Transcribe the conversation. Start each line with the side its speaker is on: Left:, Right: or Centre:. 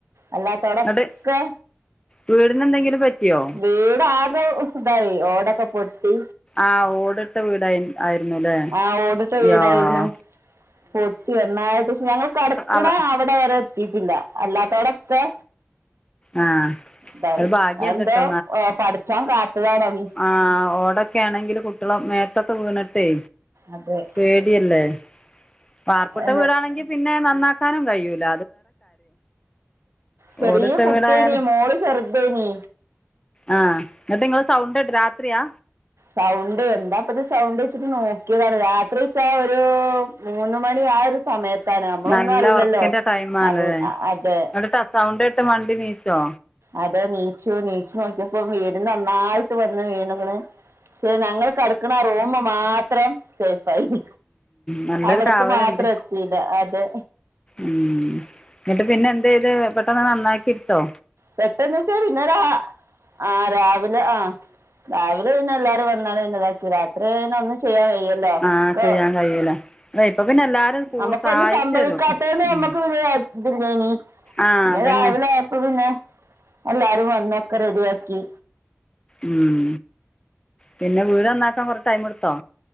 Right: അല്ലാ ത്തോടൊക്കെ
Left: എന്നിട്ട് വീടിന് എന്തെങ്കിലും പറ്റിയോ
Right: വീടാകെ ക്കെതായി ഓടൊക്കെ പൊട്ടി
Left: ആഹ് ഓടിട്ട വീടായി ആയിരുന്നു ല്ലേ
Right: ആ ഓടിട്ട വീടായിരുന്നു
Left: യാഹ്
Right: പൊട്ടി ഒന്നായി പക്ഷെ ഞങ്ങൾ കടക്ക്ണ
Left: അവ
Right: അവടെ വരെ എത്തിയിട്ടില്ല അല്ലാത്തോടൊക്കെ
Left: ആ
Right: തായി
Left: അത് ഭാഗ്യമുണ്ട്
Right: ആ എന്തോ
Left: കേട്ടോ
Right: പടച്ചോൻ കാത്തതാണ് ഇത്
Left: ആഹ് ഓടൊക്കെ ആണെങ്കിൽ കുട്ടികളെ മേത്തൊക്കെ വീണിട്ടേ
Right: അതേ
Left: പേടിയല്ലേ പാവപ്പെട്ട
Right: ഏ, മോ-
Left: വീടാണെങ്കി പിന്നെ നന്നാക്കാനും കഴിയൂല
Right: ചെറിയ
Left: ഓടിട്ട
Right: കുട്ടിയേനി
Left: വീടായാൽ
Right: മോള് ചെറുതേനി
Left: ആഹ് ഇന്നട്ട് ഇങ്ങള് സൗണ്ട് കേട്ടത് രാത്രിയാ
Right: സൗണ്ട് എന്താപ്പത് സൗണ്ട് വെച്ചിട്ട് നോക്കിയതാണ് രാത്രി വെച്ചാ ഒരു മൂന്ന് മണി ആ ഒരു സമയത്താണ് നമ്മളൊന്നും
Left: നല്ല
Right: അറിയില്ലല്ലോ
Left: ഉറക്കത്തിൻ്റെ ടൈമാണല്ലേ
Right: അത് അതെ
Left: എന്നിട്ട് സൗണ്ട് കേട്ട് മണ്ടി നീച്ചോ
Right: അതെ നീച്ചു നീച്ച് നോക്കിയപ്പോ വീട് നന്നായിട്ട് വന്ന് വീണ്ക്ക്ണ് ക്ഷേ ഞങ്ങള് കടക്ക്ണ ആ റൂമ് മാത്രേ ശ അത്
Left: നല്ലൊരു
Right: അവിടക്ക്
Left: കാവലുണ്ട്
Right: മാത്രം എത്തിയില്ല അതെ
Left: ഉം എന്നിട്ട് പിന്നെ എന്ത് ചെയ്ത് പെട്ടെന്ന് നന്നാക്കിട്ടോ
Right: പെട്ടെന്ന് ച്ചാ ഇന്നലാ ആ രാവിലെ ആഹ് രാവിലെ പിന്നെ എല്ലാവാരും വരുന്നത് എന്നതാച്ചാ രാത്രി പിന്നെ ഒന്നും ചെയ്യാൻ വയ്യ ഇതൊക്കെ
Left: ആഹ് ചെയ്യാൻ കഴിയൂല അതെ ഇപ്പൊ പിന്നെ എല്ലാരും കൂ
Right: നമ്മുക്ക്
Left: സഹായിച്ചു
Right: ഒന്നും സംഭവിക്കാത്തന്നെ
Left: തരും
Right: നമ്മുക്ക്
Left: ഉം
Right: വി ഇത് ല്ലേനി
Left: ആഹ്
Right: പിന്നെ
Left: അതന്നെ
Right: രാവിലെയായപ്പൊ പിന്നെ എല്ലാരും വന്നൊക്കെ റെഡിയാക്കി
Left: ഉം പിന്നെ വീട് നന്നാക്കാൻ കുറച്ച് ടൈം എടുത്തോ